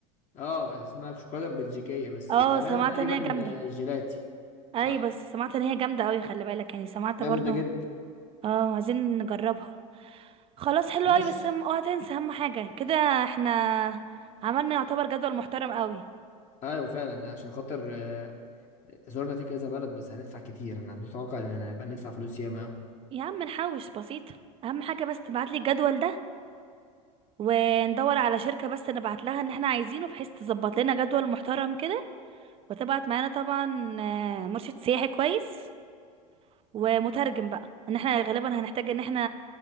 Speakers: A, on the left; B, on the right.
A: اه اسمها الشوكولاته البلجيكيه بس
B: اه
A: بتعملها
B: سمعت
A: تقريبا
B: ان هي جامدة
A: آه، جيلاتي
B: اي
A: صح
B: بس سمعت ان هي جامده قوي خلي بالك يعني سمعت
A: جامده
B: برضو
A: جدا
B: اه عايزين نجربها خلاص حلو
A: مش
B: قوي بس هم اوعى تنسى اهم حاجه كده احنا عملنا يعتبر جدول محترم قوي
A: ايوه فعلا عشان خاطر آه، زرنا في كذا بلد بس هندفع كتير انا متوقع ان هيبقى ندفع فلوس ياما قوي
B: يا عم نحوش بسيطه اهم حاجه بس تبعت لي الجدول ده وندور على شركه بس نبعت لها اللي احنا عايزينه بحيث تظبط لنا جدول محترم كده وتبعت معانا طبعا آه، مرشد سياحي كويس ومترجم بقى ان احنا غالبا هنحتاج ان احنا